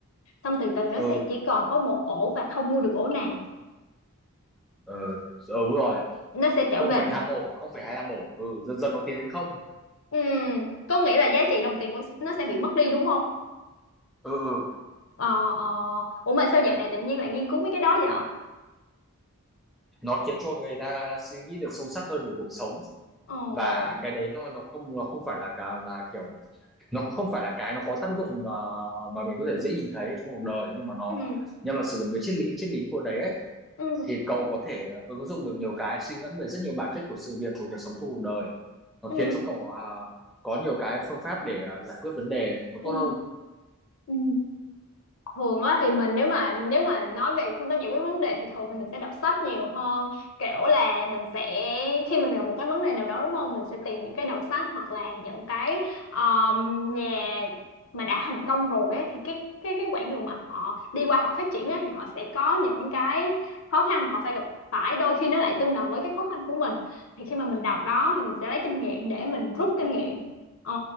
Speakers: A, on the left (about 65°); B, in the centre.
A: xong từ từ nó
B: ừ
A: sẽ chỉ còn có một ổ và không mua được ổ nào
B: ờ, đúng rồi
A: nó sẽ trở
B: 0,5
A: về
B: ổ 0,25 ổ ừ dần dần nó tiến đến không
A: Ừm, có nghĩa là giá trị đồng tiền của nó sẽ bị mất đi đúng không
B: ừ ừ
A: ờ ờ ủa mà sao dạo này tự nhiên lại nghiên cứu mấy cái đó vậy
B: nó khiến cho người ta suy nghĩ được sâu sắc hơn về cuộc sống
A: Ồ,
B: và cái đấy nó nó không nó không phải là cả là kiểu nó không phải là cái nó có tác dụng mà mà mình có thể dễ nhìn thấy trong cuộc đời nhưng mà nó
A: ừ,
B: nhưng mà sử dụng cái triết lý triết lý của đấy ấy
A: ừ,
B: thì cậu có thể ứng dụng được nhiều cái suy ngẫm về rất nhiều bản chất của sự việc của cuộc sống trong cuộc đời nó khiến
A: ừ, ừ,
B: cho cậu à, có nhiều cái phương pháp để à, giải quyết vấn đề nó
A: ừ.
B: tốt hơn
A: ừ. thường á thì mình nếu mà nếu mà nói về phương pháp giải quyết vấn đề thì thường thì mình sẽ đọc sách nhiều hơn kiểu là mình sẽ khi mình gặp một cái vấn đề nào đó đúng không mình sẽ tìm những cái đầu sách hoặc là những cái um, nhà mà đã thành công rồi ấy, thì cái cái cái quãng đường mà họ đi qua họ phát triển ấy, thì họ sẽ có những cái khó khăn mà họ phải gặp phải đôi khi nó lại tương đồng với cái khó khăn của mình thì khi mà mình đọc đó thì mình sẽ lấy kinh nghiệm để mình rút kinh nghiệm ờ